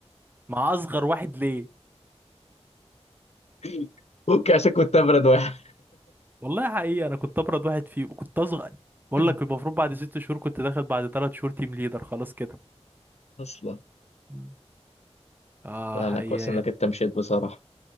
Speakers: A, on the right; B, on the left.
A: مع اصغر واحد ليه
B: <laughs> ممكن عشان كنت ابرد واحد
A: والله حقيقي انا كنت ابرد واحد فيه وكنت اصغر بقول
B: <laughs>
A: لك المفروض بعد ست شهور كنت داخل بعد ثلاث شهور تيم ليدر خلاص كده
B: اصلا
A: مم. اه
B: لا لا
A: ايام
B: كويس انك انت مشيت بصراحه